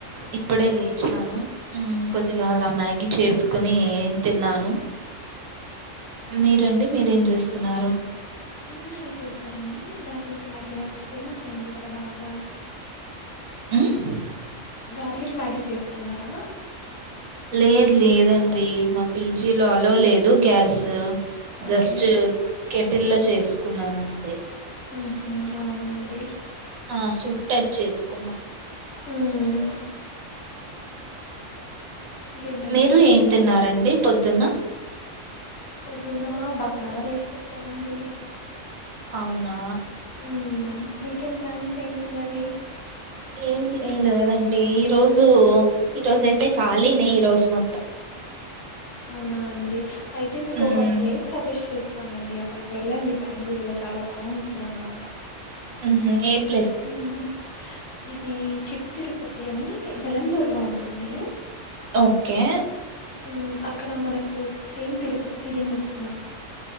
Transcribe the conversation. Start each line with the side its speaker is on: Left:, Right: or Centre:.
Right: ఇప్పుడే లేచాను ఉమ్ కొద్దిగా అలా మ్యాగి చేసుకునీ తిన్నాను మీరండి మీరేం చేస్తున్నారు
Left: ఏం మ్యాగి చేస్తారండి గార్లిక్ మ్యాగినే ఇప్పుడు ఫేమస్ అయింది కదా బాగా
Right: ఉమ్
Left: గార్లిక్ మ్యాగీ చేసుకున్నారా
Right: లేదు లేదండి మా పీజీలో అలో లేదు గ్యాస్
Left: ఓకే
Right: జస్ట్ కె టిల్లో చేసుకున్నానంతే
Left: ఉహు అవునుఅండి
Right: ఆ సూప్ టైప్ చేసుకున్నా
Left: ఉమ్ ఇంకేంటండి
Right: మీరు
Left: విశేషాలు
Right: ఏం తిన్నరండి పొద్ దున్న
Left: పొద్దున భాగర రైస్ పెట్టారండి
Right: అవునా
Left: ఉమ్ వీకెండ్ ప్లాన్స్ ఏంటి మరి
Right: ఎం ఏం లేదండి రోజ్ జు ఈ రోజు అయితే కలినే ఈ రోజ్ చుమ
Left: అవునా అండి అయితే మీకు
Right: హ్మ్.
Left: ఒక ప్లేస్ సజెస్ట్ చేస్ త నండి అక్కడికి వెళ్ళండి బెంగళూర్లో చాలా బావుంటుంది అన్నమాట
Right: ఉహు ఎప్
Left: ఉహ్మ్ ఇది చిట్ తిరుపతి అని దెలంధుర్లో ఉంటుంది
Right: ఒకే
Left: ఉమ్ అక్కడ మనకు సేమ్ తిరుపతి ఫీలింగ్ వస్